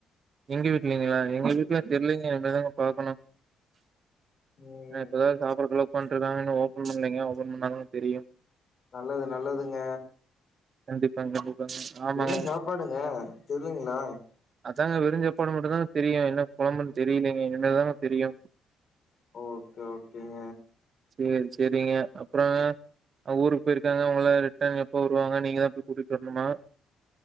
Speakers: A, on the right; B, on the left.
A: எங்க வீட்லைங்களா எங்க வீட்ல தெர்லிங்க இனிமே தாங்க பாக்கணு
B: ம்
A: அ இப்பதா சாப்பாடுகுள்ள உக்கான்ட்ருக்காங்க இன்னு ஒபன் பண்லைங்க ஓபன் பண்ண தாங்க தெரியு
B: நல்லது நல்லதுங்க
A: கண்டிப்பாங் கண்டிப்பாங்க ஆமாங்க.
B: என்ன சாப்பாடுங்க தெர்லிங்ளா
A: அதாங்க வெறு சாப்பாடு மட்டு தாங்க தெரியு என்ன கொழம்புன் தெரிலைங்க இனிமேல் தா தெரியு
B: ஓகே ஓகேங்
A: சேர் செரிங்க அப்புறங்க அவுங்க ஊருக்கு போயிருக்காங்க அவங்ள ரிட்டர்ன் எப்போ வருவாங்க நீங்க தா போய் கூட்டிட் வர்ணுமா